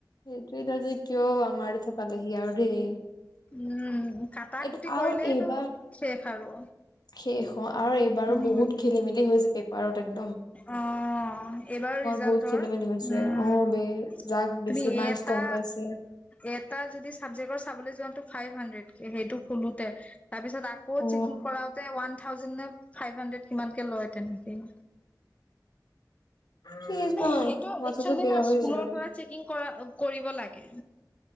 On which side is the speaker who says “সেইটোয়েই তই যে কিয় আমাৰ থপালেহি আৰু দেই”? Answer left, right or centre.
Left